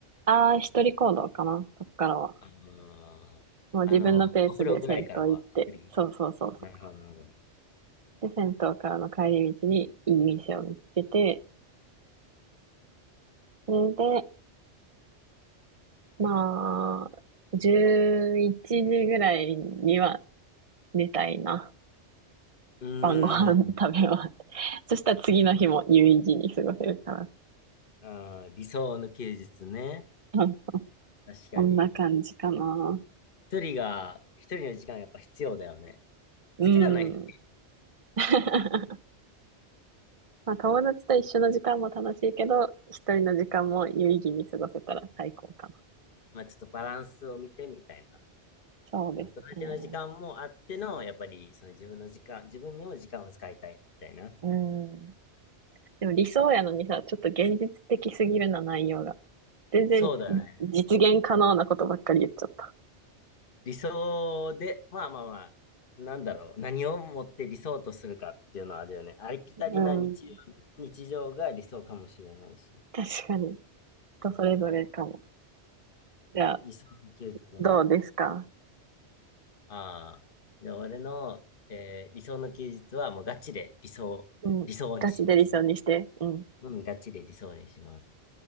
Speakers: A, on the right; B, on the left.
A: ああ、一人行動かな、そっからは。
B: あのーあの、
A: もう自分のペースで銭湯行って、
B: お風呂ぐらいからは一人。
A: そうそうそうそ
B: なるほど、なるほど。
A: う。で、銭湯からの帰り道にいい店を見つけて、それで、まあ、11時ぐらいには寝たいな。
B: うーん。
A: 晩ご飯食べ終わって。<laughs> そしたら次の日も有意義に過ごせるから。
B: あー、理想の休日ね。
A: <laughs> うん
B: 確かに。
A: そんな感じかな。
B: 一人が、一人の時間やっぱ必要だよね。
A: う
B: 好きだない人。
A: ん。<laughs> まあ、友達と一緒の時間も楽しいけど、一人の時間も有意義に過ごせたら最高かな。
B: まあちょっとバランスを見てみたいな。
A: そうですね。
B: その友達の時間もあっての、やっぱりその自分の時間、自分にも時間を使いたいみたいな。
A: うん。でも理想やのにさ、ちょっと現実的すぎるな、内容が。全然実現可能なことばっかり言っちゃった。
B: そうだね。理想で、まあまあまあ、なんだろう。何をもって理想とするかっていうのはあれよね。ありきたりな日常、
A: うん。
B: 日常が理想かもしれないし。
A: 確かに。人それぞれかも。
B: うん、
A: じゃあ、
B: 理想の休日ね。
A: どうですか
B: ああ。じゃあ俺の、えー理想の休日はもうガチで理想、
A: うん。
B: 理想にします。
A: ガチで理想にして。うん。
B: うん、ガチで理想にします。